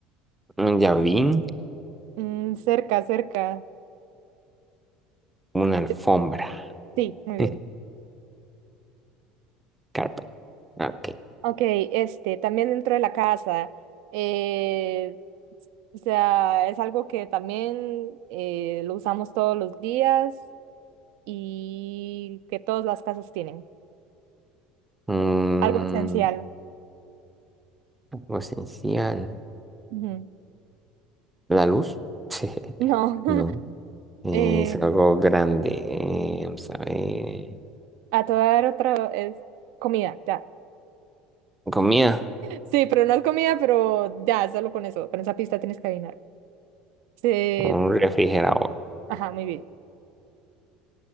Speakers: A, in the centre; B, on the right.
A: un llavín,
B: Mm, cerca, cerca.
A: una alfombra.
B: Eh, Sí, muy bien.
A: <laughs> Carpet. Ok.
B: Ok, este, también dentro de la casa. eh, o sea, es algo que también eh, lo usamos todos los días y que todas las casas tienen.
A: Mm,
B: Algo esencial.
A: algo esencial.
B: Ujú.
A: La luz. <laughs>
B: No.
A: No. Eh,
B: <laughs> eh,
A: es algo grande. Eh, vamos a ver.
B: a toda otra es comida, ya.
A: Comida.
B: Sí, pero no es comida, pero ya, solo con eso, con esa pista tienes que adivinar. Sí,
A: Un refrigerador.
B: ajá, muy bien.